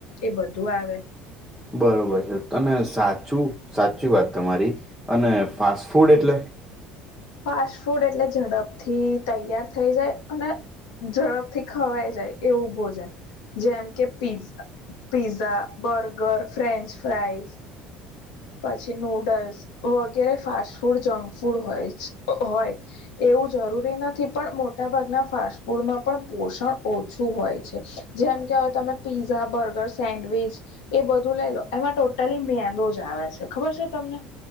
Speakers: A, on the left (about 80°); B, in the centre.
A: એ બધું આવે
B: બરોબર છે તમે સાચુ સાચી વાત તમારી અને ફાસ્ટ ફૂડ એટલે
A: ફાસ્ટ ફૂડ એટલે ઝડપ થી તૈયાર થઈ જાય અને ઝડપથી ખવાઈ જાય એવું ભોજન જેમ કે પી પિઝા બર્ગર ફ્રેન્ચ ફ્રાઈઝ પછી નૂડલ્સ વગેરે ફાસ્ટ ફૂડ જંક ફૂડ હોય હોય એવું જરૂરી નથી પણ મો મોટા ભાગના ફાસ્ટ ફૂડમાં પણ પોષણ ઓછું હોય છે જેમ કે તમે પીઝા બર્ગર સેન્ડવીચ એ બધું લઈ લો એમાં પ્રો તલીમ મેંદો જ આવે છે ખબર છે તમને